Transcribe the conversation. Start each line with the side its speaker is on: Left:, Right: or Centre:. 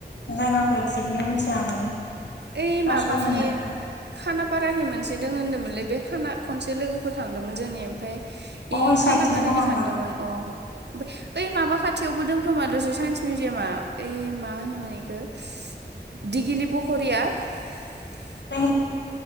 Left: जायगाखौ एक्जेक्टलि मिथिया माने।
Right: ओइ
Left: सार्च
Right: माबाखि
Left: खालामनांगौ
Right: खाना फाराहि मोनसे दङ होन्दोंमोनलै बे खाना खनसे लोगोफोर थांदोंमोन जोंनि ओमफ्राय आं
Left: अ इ
Right: खानापाराखि
Left: साइडथिंनो खोमा होमबा
Right: थांदोंमोन अ ओमफ्राय ओइ माबा खाथियावबो दं खोमा दस साइन्स मिउजियाम आ ओय मा मोनोमोन इखो <unintelligible> दिगिलि पुख <unintelligible>
Left: <unintelligible> अ